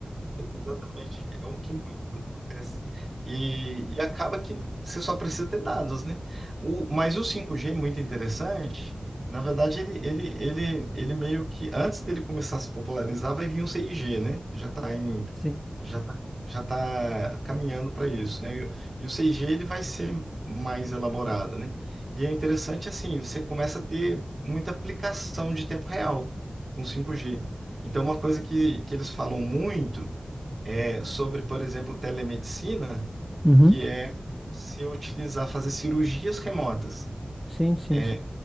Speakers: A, on the right; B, in the centre.
A: Exatamente. É o que muita coisa acontece. E, e acaba que você só precisa ter dados, né? O, mas o 5G é muito interessante. Na verdade, ele, ele, ele, ele meio que, antes dele começar a se popularizar, vai vir um 6G, né? Já está em,
B: Sim.
A: já tá, já tá caminhando para isso, né? E, o- e o 6G ele vai ser mais elaborado, né? E é interessante assim, você começa a ter muita aplicação de tempo real com 5G. Então, uma coisa que, que eles falam muito é, sobre, por exemplo, telemedicina,
B: Uhum.
A: que é se utilizar, fazer cirurgias remotas.
B: Sim, sim.
A: É,